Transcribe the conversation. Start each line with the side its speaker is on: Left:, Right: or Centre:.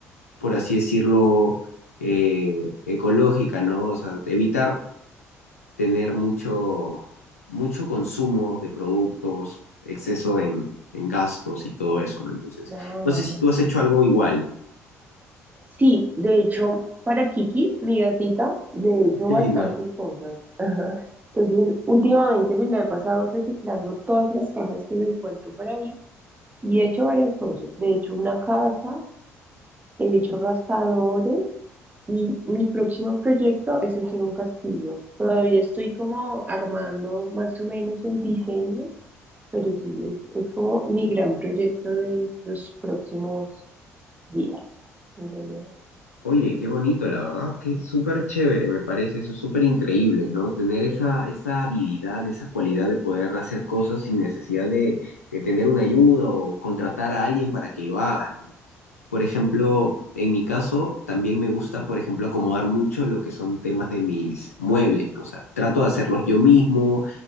Left: por así decirlo, eh, ecológica, ¿no? O sea, evitar tener mucho, mucho consumo de productos, exceso en, en gastos y todo eso, ¿no? Entonces,
Right: Claro.
Left: no sé si tú has hecho algo igual.
Right: Sí, de hecho, para Kiki, mi gatita, le he hecho
Left: Qué
Right: bastantes
Left: lindo.
Right: cosas. <laughs> Entonces, últimamente me la he pasado reciclando todas las cajas que me encuentro por ahí y he hecho varias cosas. Le he hecho una casa, he dicho rascadores y mi próximo proyecto es hacer un castillo. Todavía estoy como armando más o menos el diseño, pero sí, es, es como mi gran proyecto de los próximos días, en realidad.
Left: Oye, qué bonito, la verdad, que súper chévere, me parece eso, es súper increíble, ¿no? Tener esa, esa habilidad, esa cualidad de poder hacer cosas sin necesidad de, de tener una ayuda o contratar a alguien para que lo haga, ¿no? Por ejemplo, en mi caso, también me gusta, por ejemplo, acomodar mucho lo que son temas de mis muebles, ¿no? O sea, trato de hacerlos yo mismo,